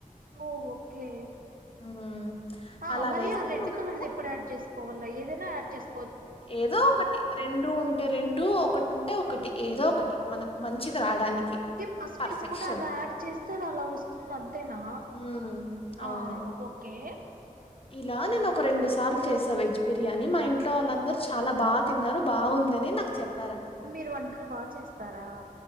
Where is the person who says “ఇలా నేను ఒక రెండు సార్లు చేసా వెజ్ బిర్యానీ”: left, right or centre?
Left